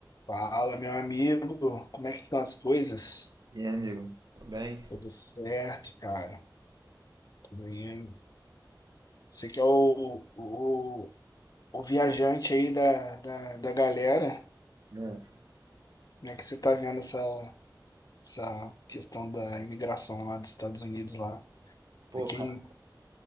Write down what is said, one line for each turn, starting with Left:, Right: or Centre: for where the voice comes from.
Left: Fala, meu amigo, como é que estão as coisas?
Right: E aí, amigo? Tudo Bem,
Left: Tudo certo, cara. Tudo indo. Você que é o, o, o viajante aí da, da, da galera,
Right: É.
Left: né? Que você tá vendo essa, essa questão da imigração lá dos Estados Unidos lá.
Right: Pô,
Left: É quem,
Right: cara,